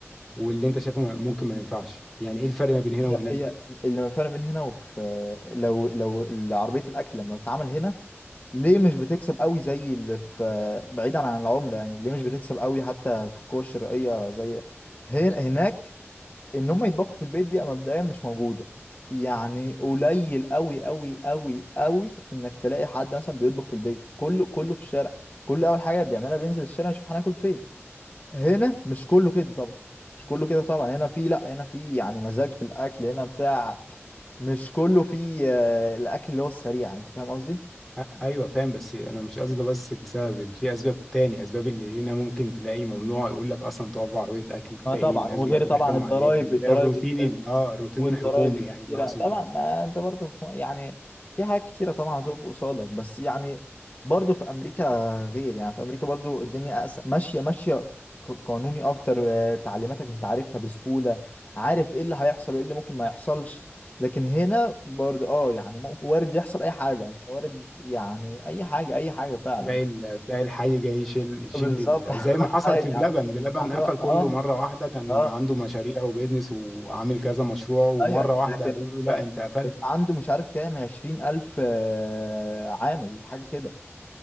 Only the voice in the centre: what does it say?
واللي انت شايفه ممكن ما ينفعش يعني ايه الفرق ما بين هنا وهناك
أ- ايوه فاهم بس انا مش قصدي ده بس لسبب في اسباب تاني اسباب اللي هنا ممكن تلاقي ممنوع يقول لك اصلا تقف بعربيه اكل تلاقي
الناس
جايه ترخم
عليك اللي
هي الروتين ال- اه الروتين
الحكومي
يعني ده اقصده
تلاقي ال- تلاقي الحي جاي يشيل يشيل
ال-
زي ما حصل
في بلبن بلبن
قفل كله
مره واحده كان
عنده مشاريع وبيزنس وعامل كذا مشروع ومره
واحده
قالوا له لا
انت قفلت